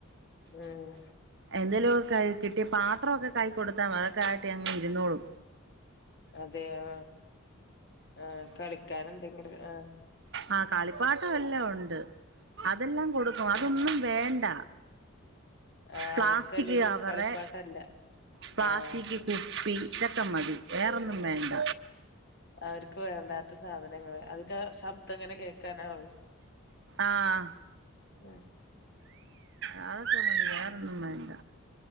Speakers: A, on the left (about 55°); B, on the right (about 60°).
A: ഏഹ്
B: എന്തേലുമ ക കിട്ടിയ പാത്രമൊക്കെ കൈ കൊടുത്താൽ അതൊക്കെ ആയിട്ട് അങ്ങ് ഇരുന്നോളും
A: അതെ ആ ആഹ കളിക്കൻ എന്തെങ്കിലും ആഹ
B: ആഹ കളിപ്പാട്ടം എല്ലാം ഉണ്ട് അതെല്ലാം കൊടുക്കും അതൊന്നും
A: ആഹ്
B: വേണ്ട
A: ആഹ്
B: പ്ലാസ്റ്റിക്
A: അവർക്കല്ലേലും
B: കവറ്
A: കളിപ്പാട്ടല്ല
B: പ്ലാസ്റ്റിക്
A: ആഹ്
B: കുപ്പി ഇതക്ക മതി വേറെന്നും
A: ആഹ്
B: വേണ്ട
A: അവർക്ക് വേണ്ടാത്ത സാധനങ്ങള് അതിന്റെ ശബ്ദം എങ്ങനെ കേൾക്കാനാവേ
B: ആഹ
A: ഉഹ <unintelligible>
B: അതൊക്കെ നമുക്ക് വേറെന്ന വേണ്ട